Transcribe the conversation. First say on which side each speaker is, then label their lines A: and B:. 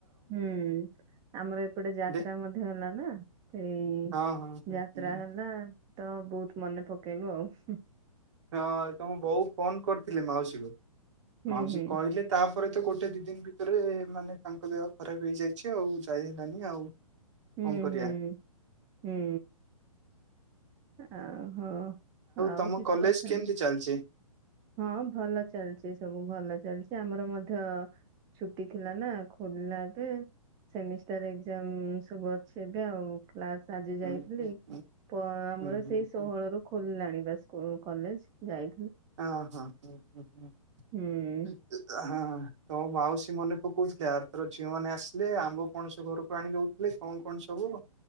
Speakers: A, on the right; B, on the right.
A: ହୁଁ ଆମର ଏପଟେ ଯାତ୍ରା
B: ଦେଖ
A: ମଧ୍ୟ ହେଲା ନା ଏଇ
B: ହଁ ହଁ ହୁଁ
A: ଯାତ୍ରା
B: ହୁଁ।
A: ହେଲା ତ ବହୁତ ମନେ ପକେଇଲୁ ଆଉ ହୁଁ।
B: ହଁ ତମ ବୋଉ ଫୋନ କରିଥିଲି ମାଉସୀକୁ
A: ହୁଁ
B: ମାଉସୀ
A: ହୁଁ
B: କହିଲେ ତା ପରେ ତ ଗୋଟେ ଦି ଦିନ ଭିତରେ ମାନେ ତାଙ୍କ ଦେହ ଖରାପ ହେଇଯାଇଛି ଆଉ ଯାଇ ହେଲାନି ଆଉ।
A: ହୁଁ
B: କଣ କରିବା
A: ହୁଁ ହୁଁ। ଓହୋ। ଆଉ
B: ତମ
A: କିଛି
B: କଲେଜ
A: କଥା
B: କେମିତି
A: ନାହିଁ
B: ଚାଲିଛି?
A: ହଁ ଭଲ ଚାଲିଛି ସବୁ ଭଲ ଚାଲିଛି। ସେ ଆମର ମଧ୍ୟ ଛୁଟି ଥିଲା ନା ଖୋଲିଲା ଏବେ ସେମିଷ୍ଟାର ଏଗଜାମ୍ମ ସବୁ ଅଛି ଏବେ ଆଉ। କ୍ଲାସ ଆଜି ଯାଇଥିଲି
B: ହୁଁ ହୁଁ ହୁଁ
A: ପ ଆମର
B: ହୁଁ ହୁଁ
A: ସେଇ ଷୋହଳ
B: ହୁଁ
A: ରୁ ଖୋଲିଲାଣି ବା ସ୍କୁ ଉ କଲେଜ ଯାଇ
B: ହଁ ହଁ ହ ହଁ ହଁ
A: ହୁଁ
B: ହଁ ତ ବାଉସି କି ମନେ ପକଉଥିଲେ ଆର ଥର ଝିଅମାନେ ଆସିଲେ ଆମ୍ବ, ପଣସ ଘରକୁ ଆଣି ଦଉଥିଲେ। କଣ କଣ ସବୁ